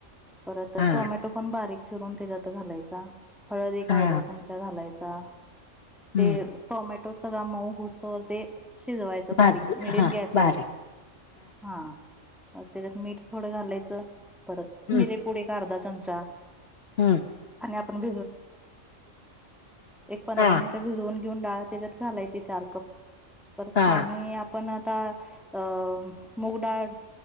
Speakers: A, in the centre; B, on the left.
A: परत तर
B: हा
A: टोमॅटो पण बारीक चिरून त्याच्यात घालायचा, हळद एक
B: हा
A: अर्धा चमचा घालायच, <unintelligible>
B: हम्म
A: ते टोमॅटो सगळा मऊ होऊस्तवर ते, शिजवायचं बारीक
B: भाज
A: मिडियम
B: हा
A: गॅसवर
B: बारीक
A: हा त्याच्यात मीठ थोडं घालायचं, परत
B: हम्म
A: मिरेपुड एक अर्धा चमचा
B: हम्म
A: आणि आपन एक पंधरा
B: हा
A: मिनिटं भिजवून घेऊन, डाळ त्याच्यात घालायची चार कप पर
B: हा
A: पाणी आपण आता अं मुगडाळ,